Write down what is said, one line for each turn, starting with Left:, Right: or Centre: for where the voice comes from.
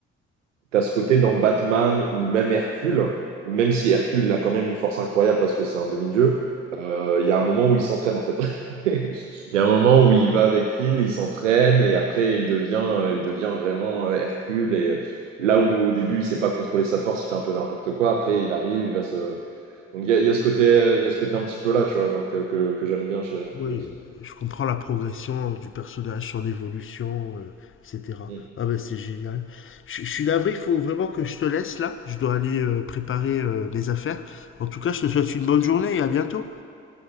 Right: T'as ce côté dans Batman ou même Hercule, ou même si Hercule, il a quand même une force incroyable parce que c'est un demi-dieu, euh, il y a un moment où il s'entraîne en fait. <laughs> Il y a un moment où il va avec Phil, il s'entraîne et après il devient, euh, il devient vraiment euh, Hercule. Et euh, là où au début il sait pas contrôler sa force, il fait un peu n'importe quoi, après il arrive, il va se. Donc il y a, il y a ce côté, euh, il y a ce côté un petit peu là, tu vois, donc, euh, que, que j'aime bien chez Hercule
Left: oui,
Right: aussi.
Left: je comprends la progression euh, du personnage, son évolution, euh, etc.
Right: Mm.
Left: Ah ben c'est génial. Je, je suis navré, il faut vraiment que je te laisse là. Je dois aller euh, préparer euh, mes affaires. En tout cas, je te souhaite une bonne journée et à bientôt.